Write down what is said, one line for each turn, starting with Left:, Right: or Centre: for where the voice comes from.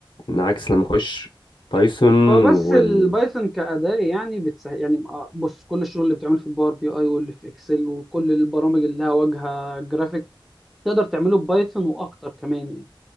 Left: إن عكس لما أخش بايثون
Centre: هو بس
Left: وال
Centre: البايثون كأداة يعني بتسهل يعني آه، بص كل الشغل اللي بتعمله في الباور بي اي واللي في اكسل وكل البرامج اللي لها واجهه جرافيك تقدر تعمله ببايثون واكتر كمان يعني